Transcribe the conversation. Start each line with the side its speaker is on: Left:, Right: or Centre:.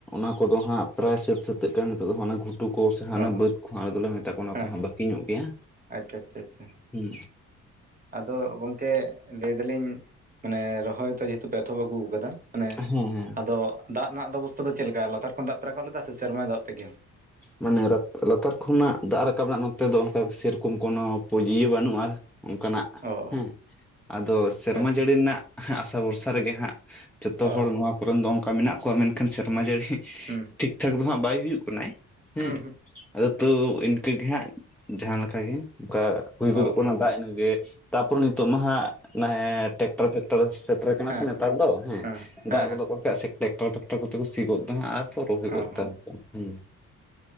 Centre: ᱚᱱᱟ ᱠᱚᱫᱚ ᱦᱟᱸᱜ ᱯᱨᱟᱭ ᱥᱟᱹᱛ ᱥᱟᱹᱛᱟᱹᱜ ᱠᱟᱱ ᱱᱤᱛᱚᱜ ᱫᱚ ᱦᱟᱸᱜ ᱚᱱᱟ ᱜᱷᱩᱴᱩ ᱠᱚ ᱥᱮ ᱦᱟᱸᱜ
Right: ᱚ
Centre: ᱚᱱᱟ ᱵᱟᱹᱫ ᱟᱞᱮ ᱫᱚᱞᱮ ᱢᱮᱛᱟ ᱠᱚᱣᱟ ᱚᱱᱟ
Right: ᱦᱮᱸ
Centre: ᱠᱚᱦᱚᱸ
Right: ᱦᱮᱸ
Centre: ᱵᱟᱟᱹᱠᱤ ᱧᱚᱜ ᱜᱮᱭᱟ,
Right: ᱟᱪᱪᱷᱟ ᱟᱪᱪᱷᱟ ᱟᱪᱪᱷᱟ
Centre: ᱦᱩᱸ
Right: ᱟᱫᱚ ᱜᱚᱝᱠᱮ ᱞᱟᱹᱭ ᱫᱟᱞᱤᱧ ᱢᱟᱱᱮ ᱨᱚᱦᱚᱭ ᱡᱮᱦᱮᱛᱩ ᱯᱮ ᱮᱛᱚᱦᱚᱵ ᱟᱹᱜᱩ ᱟᱠᱟᱫᱟ ᱢᱟᱱᱮ
Centre: ᱦᱮᱸ ᱦᱮᱸ
Right: ᱟᱫᱚ ᱫᱟᱜ ᱨᱮᱱᱟᱜ ᱵᱮᱵᱚᱥᱛᱷᱟ ᱫᱚ ᱪᱮᱫ ᱞᱮᱠᱟ ᱞᱟᱛᱟᱨ ᱠᱷᱚᱱ ᱫᱟᱜ ᱯᱮ ᱨᱟᱠᱟᱵ ᱞᱮᱫᱟ ᱥᱮ ᱥᱮᱨᱢᱟ ᱫᱟᱜ ᱛᱮᱜᱮ?
Centre: ᱢᱟᱱᱮ ᱞᱟᱛᱟᱨ ᱠᱷᱚᱱᱟᱜ ᱫᱟᱜ ᱨᱟᱠᱟᱵ ᱨᱮᱱᱟᱜ ᱱᱚᱛᱮ ᱫᱚ ᱚᱱᱠᱟ ᱥᱮᱨᱚᱠᱚᱢ ᱠᱳᱱᱳ ᱯᱩᱸᱡᱤᱭ ᱵᱟᱹᱱᱩᱜᱼᱟ ᱚᱱᱠᱟᱱᱟᱜ
Right: ᱚ
Centre: ᱦᱮᱸ,
Right: ᱚ
Centre: ᱟᱫᱚ ᱥᱮᱨᱢᱟ
Right: ᱟᱪᱪᱷᱟ
Centre: ᱡᱟᱹᱲᱤ ᱨᱮᱱᱟᱜ ᱟᱥᱟ ᱵᱷᱚᱨᱥᱟ ᱨᱮᱜᱮ ᱦᱟᱸᱜ ᱡᱚᱛᱚ
Right: ᱚ
Centre: ᱦᱚᱲ ᱱᱚᱣᱟ ᱠᱚᱨᱮᱱ ᱫᱚ ᱚᱱᱠᱟ ᱢᱮᱱᱟᱜ ᱠᱚᱣᱟ᱾ ᱢᱮᱱᱠᱷᱟᱱ ᱥᱮᱨᱢᱟ ᱡᱟᱹᱲᱤ
Right: ᱦᱩᱸ
Centre: ᱴᱷᱤᱠ ᱴᱷᱟᱠ ᱫᱚ ᱦᱟᱸᱜ ᱵᱟᱭ ᱦᱩᱭᱩᱜ ᱠᱟᱱᱟᱭ ᱦᱮᱸ᱾
Right: ᱦᱩᱸ ᱦᱩᱸ
Centre: ᱟᱫᱚ ᱛᱟᱣ ᱤᱱᱠᱟᱹᱜᱮ ᱦᱟᱸᱜ ᱡᱟᱦᱟᱸ ᱞᱮᱠᱟ ᱜᱮ ᱚᱱᱠᱟ ᱦᱩᱭ ᱜᱚᱫᱚᱜ
Right: ᱚ ᱚ
Centre: ᱠᱟᱱᱟ
Right: ᱦᱮᱸ
Centre: ᱫᱟᱜ ᱤᱱᱟᱹᱜᱮ, ᱛᱟᱯᱚᱨᱮ ᱱᱤᱛᱚᱜ ᱢᱟ ᱦᱟᱸᱜ ᱴᱮᱠᱴᱚᱨ ᱯᱷᱮᱠᱴᱚᱨ ᱥᱮᱴᱮᱨ ᱠᱟᱱᱟ
Right: ᱦᱮᱸ
Centre: ᱥᱮ ᱱᱮᱛᱟᱨ ᱫᱚ ᱦᱮᱸ
Right: ᱦᱮᱸ
Centre: ᱫᱟᱜ
Right: ᱦᱮᱸ
Centre: ᱜᱚᱫᱚ ᱠᱚ ᱠᱷᱟᱡ ᱥᱮ ᱴᱟᱠᱴᱟᱨ ᱴᱟᱠᱴᱟᱨ ᱠᱟᱛᱮ ᱠᱚ ᱥᱤ ᱜᱚᱫ ᱫᱟ ᱟᱨ ᱠᱚ ᱨᱚᱦᱚᱭ ᱜᱚᱫ
Right: ᱚ
Centre: ᱫᱟ ᱚᱱᱠᱟ ᱦᱩᱸ